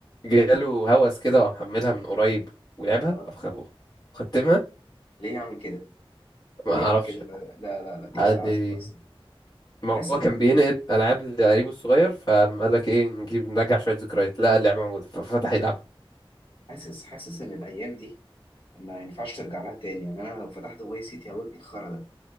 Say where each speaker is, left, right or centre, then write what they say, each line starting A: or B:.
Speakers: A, on the left; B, on the left.
A: جاله هوس كده وقام محملها من قريب ولعبها
B: اه
A: وأخ- وختمها
B: ليه يعمل كده
A: ما
B: ليه
A: اعرفش
B: يعمل كده لا لا لا كده
A: قال
B: بيعذب
A: لي
B: نفسه
A: ما
B: حاسس
A: هو كان بينقل العاب لقريبه الصغير فقال لك ايه نجيب نرجع شويه ذكريات لا اللعبه موجوده ففتح يلعبها
B: حاسس حاسس ان الايام دي ما ينفعش ترجع لها تاني يعني انا لو فتحت فاي سيتي هقول ايه الخرا ده